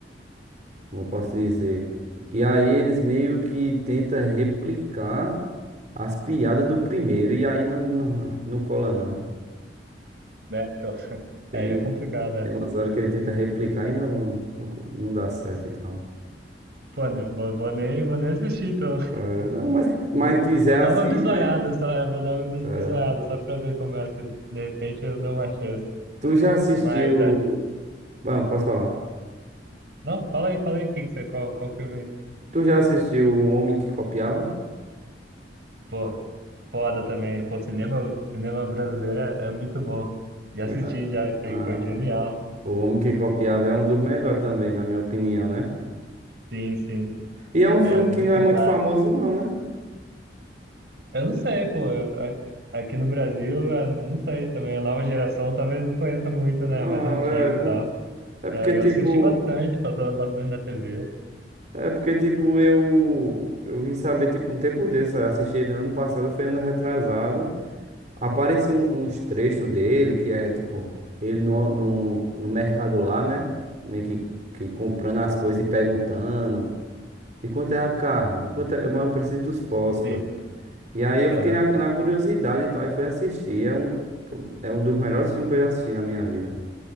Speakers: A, on the right; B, on the right.
A: como eu posso dizer. E aí eles meio que tentam replicar as piadas do primeiro, e aí não, não, não cola não.
B: né? Então, <laughs>
A: Tem,
B: aí é complicado, é.
A: tem umas horas que ele tenta replicar e não, não, não dá certo e tal.
B: Pô, né, vou, vou nem, vou nem assistir, então. <laughs>
A: É, não, mas, mas
B: Vou,
A: quiser
B: vou dar
A: assim,
B: uma bisoiada
A: mas.
B: só, é, vou dar uma bis-
A: é.
B: bisoiada só pra ver como é. Se de repente eu dou uma chance.
A: Tu já assistiu.
B: Mas, é.
A: Bom, posso falar.
B: Não, fala aí, fala aí, o que que você, qual, qual filme?
A: Tu já assistiu O Homem que Copiava?
B: Pô, foda também. Pô, cinema, cinema brasileiro é, é muito bom. Já assisti,
A: Ah,
B: já, isso aí,
A: ah,
B: pô, genial.
A: o Homem que Copiava é um dos melhores também, na minha opinião, né?
B: Sim, sim.
A: E é um filme
B: É muito
A: que não é muito
B: clássico.
A: famoso, não, né?
B: Eu não sei, pô. A- Aqui no Brasil, é, não sei também. A nova geração talvez não conheça muito,
A: Não,
B: né? Mais antigo
A: é.
B: e tal.
A: É
B: É,
A: porque, tipo,
B: eu assisti bastante, passando bastante na TV.
A: é porque, tipo, eu, eu vim saber, tipo, um tempo desse, eu assisti ele ano passado, foi ano retrasado, apareceu um- uns trechos dele, que é, tipo, ele no, no, no mercado lá, né, meio que, que comprando as coisas e perguntando, e quanto é a carne, E quanto é, mas eu preciso dos fósforos,
B: Sim.
A: e aí eu
B: Aham.
A: fiquei na, na curiosidade e tal, e fui assistir, é um, pô, é um dos melhores filmes que eu já assisti na minha vida,